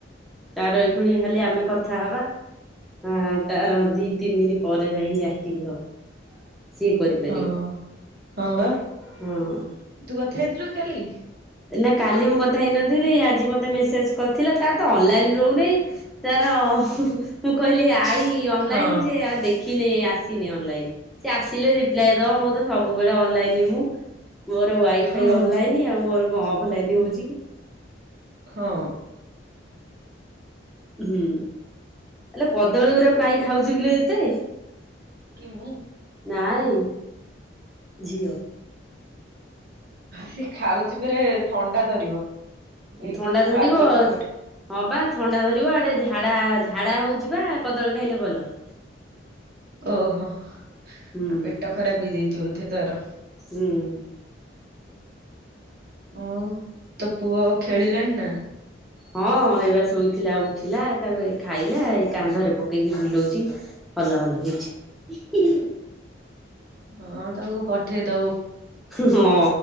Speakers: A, in the centre; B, on the right.
A: ତାର ଏ ଖୁଣି ଖାଲି ଆମେ କଥା ହବା। ହୁଁ ତାର ଦି ତିନି ଦିନ ପରେ ଯାଇକି ଆକ୍ଟିଭ ହବ। ସିଏ କରିପାରିବ
B: ହଁ, ହଁ ବା
A: ହଁ
B: ତୁ କଥା ହେଇଥିଲୁ କି କାଲି।
A: ନା କାଲି ମୁଁ କଥା ହେଇନଥିଲି ଆଜି ମତେ ମେସେଜ କରିଥିଲା ତାର ତ ଅନଲାଇନ ରହୁନାହିଁ ତାର ମୁଁ କହିଲି ଆଇ ଅନଲାଇନ
B: ହଁ
A: ଯେ ଆଉ ଦେଖି ଦେଖି ନାଇ ଆସିନି, ଅନଲାଇନ ସେ ଆସିଲେ ରିପ୍ଲାଏ ଦବ ମୁଁ ତ ସବୁବେଳେ ଅନଲାଇନ ମୁଁ ମୋର ୱାଇଫାଇ
B: ହଁ
A: ଅନଲାଇନ ଆଉ ମୋର କଣ ଅଫଲାଇନ ହଉଛି କି।
B: ହଁ।
A: ହୁଁ ଆଲୋ କଦଳୀ ଉରାଗୁ କାହିଁ ଖାଉଛି କିଲୋ ଏତେ।
B: କି ମୁଁ
A: ନାଇଁ ଝିଅ।
B: ସେ ଖାଉଛି ପରେ ଥଣ୍ଡା ଧରିବ। ଏକରେ
A: ଥଣ୍ଡା
B: ତ
A: ଧରିବ
B: ପାଗ ଥଣ୍ଡା।
A: ହଁ ପା ଥଣ୍ଡା ଧରିବ ଆଡେ ଝାଡା, ଝାଡା ହଉଛି ବା କଦଳୀ ଖାଇଲେ ଭଲ। <inaudible>
B: ଓହୋ,
A: ହୁଁ
B: ଆ ପେଟ ଖରାପ ହେଇଯାଇଛି ବୋଧେ ତାର।
A: ହୁଁ।
B: ଆଉ ତୋ ପୁଅ ଖେଳିଲାଣିି ନା।
A: ହଁ ହେଇବା ଶୋଇଥିଲା ଉଠିଲା ତାକୁ ଏ ଖାଇଲା ଏଇ କାନ୍ଧରେ ପକେଇକି ବୁଲୋଉଛି। ହଲ ହଲ ହେଇଛି
B: ହଁ ତାକୁ ପଠେଇ ଦବୁ,
A: ହଁ